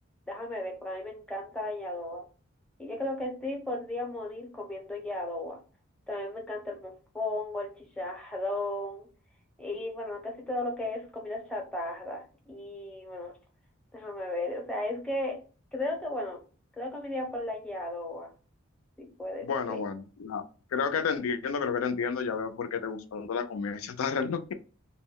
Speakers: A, in the centre; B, on the left.
A: déjame ver, pero a mí me encanta la yadoa. Y yo creo que sí podría morir comiendo yadoa. También me encanta el mofongo, el chicharrón y bueno, casi todo lo que es comida chatarra. Y bueno, déjame ver, o sea, es que creo que bueno, creo que me iría por la yadoa, si puede
B: Bueno,
A: ser.
B: bueno, no, creo que te entiendo, creo que te entiendo, ya veo por qué te gustó tanto la comida <laughs> chatarra, ¿no?